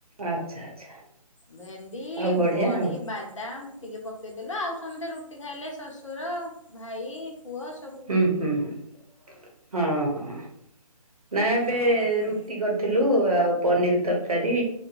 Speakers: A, on the right; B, on the left.
A: ଆଚ୍ଛା ଆଚ୍ଛା।
B: ଭେଣ୍ଡି,
A: ଆଉ ବଢ଼ିଆ
B: ବଢ଼ି,
A: ଆଉ
B: ବାଦାମ। ଟିକେ ପକେଇଦେଲା ଆଉ ସମସ୍ତେ ରୁଟି ଖାଇଲେ ଶଶୁର, ଭାଇ, ପୁଅ ସ
A: ହୁଁ ହୁଁ ହୁଁ ହଁ ହଁ ନା ଏବେ
B: ଆଉ କଣ
A: ରୁଟି କରି ଥିଲୁ ଆଉ ପନିର ତରକାରୀ